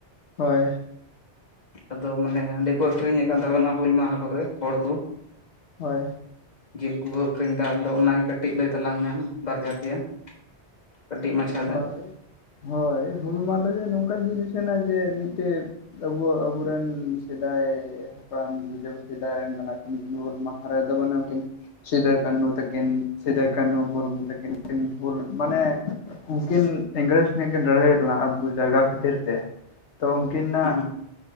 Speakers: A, on the left; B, on the left.
A: ᱦᱚᱭ ᱾
B: ᱟᱫᱚ ᱢᱟᱱᱮ ᱦᱟᱺᱰᱤ ᱠᱚ ᱟᱹᱠᱷᱨᱤᱧᱮᱫ ᱠᱟᱱ ᱛᱟᱵᱚᱱᱟ ᱦᱩᱞ ᱢᱟᱦᱟ ᱠᱚᱨᱮ ᱦᱚᱲ ᱠᱚ ᱾
A: ᱦᱚᱭ ᱾
B: ᱡᱤᱞ ᱠᱚᱠᱚ ᱟᱹᱠᱷᱨᱤᱧ ᱮᱫᱟ, ᱟᱫᱚ ᱚᱱᱟ ᱜᱮ ᱠᱟᱹᱴᱤᱡ ᱞᱟᱹᱭ ᱛᱟᱞᱟᱝ ᱢᱮ ᱵᱟᱨᱭᱟ ᱯᱮᱭᱟ ᱾ ᱠᱟᱹᱴᱤᱡ ᱢᱟᱪᱷᱟ ᱾
A: ᱦᱳᱭ ᱦᱳᱭ ᱦᱩᱞ ᱢᱟᱦ ᱫᱚ ᱡᱮ ᱱᱚᱝᱠᱟᱱ ᱡᱤᱱᱤᱥ ᱠᱟᱱᱟ ᱡᱮ ᱢᱤᱫᱴᱮᱱ ᱾ ᱟᱵᱚ ᱟᱵᱚᱨᱮᱱ ᱥᱮᱫᱟᱭ ᱾ ᱦᱟᱯᱲᱟᱢ ᱵᱤᱫᱟᱞ ᱥᱤᱫᱟᱭ ᱨᱮᱱ ᱠᱟᱱᱟ ᱠᱤᱱ ᱢᱟᱦᱟᱨ ᱨᱮ ᱫᱚ ᱢᱟᱱᱮ ᱩᱱᱠᱤᱱ ᱾ ᱥᱤᱫᱟᱹ ᱠᱟᱹᱱᱷᱩ ᱛᱟᱹᱠᱤᱱ ᱥᱤᱫᱟᱹ ᱠᱟᱹᱱᱩ ᱢᱩᱨᱢᱩ ᱛᱟᱹᱠᱤᱱ ᱱᱠᱤᱱ ᱦᱩᱞ ᱢᱟᱱᱮ ᱾ ᱩᱱᱠᱤᱱ ᱤᱝᱨᱮᱡᱽ ᱥᱟᱦ ᱠᱤᱱ ᱞᱟᱹᱲᱦᱟᱹᱭ ᱞᱮᱱᱟ ᱟᱵᱚ ᱡᱟᱭᱜᱟ ᱠᱷᱟᱹᱛᱤᱨ ᱛᱮ ᱾ ᱛᱚ ᱩᱱᱠᱤᱱᱟᱜ
B: ᱦᱩᱸ